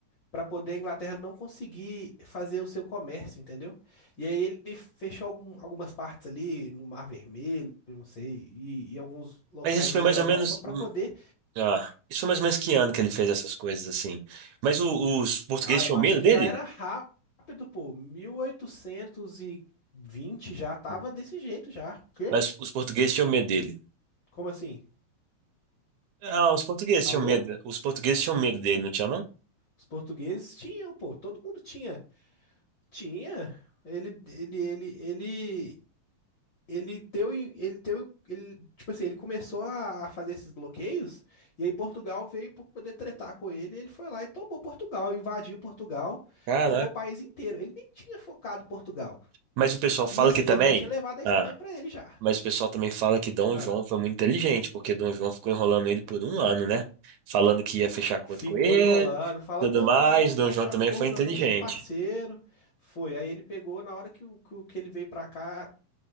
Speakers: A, on the left (about 70°); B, on the right (about 75°).
A: Pra poder a Inglaterra não conseguir fazer o seu comércio, entendeu? E aí ele fechou algum- algumas partes ali no Mar Vermelho, não sei, e, e alguns locais
B: Mas isso foi
A: ali
B: mais
A: da Europa
B: ou menos.
A: pra
B: hum,
A: poder.
B: Ah, isso foi mais ou menos que ano que ele fez essas coisas assim. Mas o- os portugueses
A: Ah, eu
B: tinham
A: acho
B: medo
A: que
B: dele?
A: já era rápido, pô. 1820 já tava
B: Hum.
A: desse jeito já. O quê?
B: Mas os portugueses tinham medo dele.
A: Como assim?
B: Ah, os portugueses tinham
A: Alô?
B: medo. Os portugueses tinham medo dele, não tinha não?
A: Os portugueses tinham, pô. Todo mundo tinha. Tinha. Ele, ele, ele, ele Ele teu, ele teu, ele, tipo assim, ele começou a fazer esses bloqueios, e aí Portugal veio para poder tretar com ele, e ele foi lá e tomou Portugal, invadiu Portugal,
B: Caraca.
A: tomou o país inteiro. Ele nem tinha focado Portugal.
B: Mas o pessoal fala
A: E assim,
B: que também.
A: ele já tinha levado a Espanha
B: Ah,
A: para ele já.
B: mas o pessoal também fala que Dom
A: Ah,
B: João foi muito inteligente, porque Dom João ficou enrolando ele por um ano, né? Falando que ia fechar acordo
A: ficou
B: com ele,
A: enrolando, fala
B: tudo
A: não,
B: mais.
A: nós vamos
B: Dom
A: fechar
B: João também
A: acordo,
B: foi inteligente.
A: nós vamos ser parceiro. Foi. Aí ele pegou, na hora que, o, que, o- que ele veio para cá,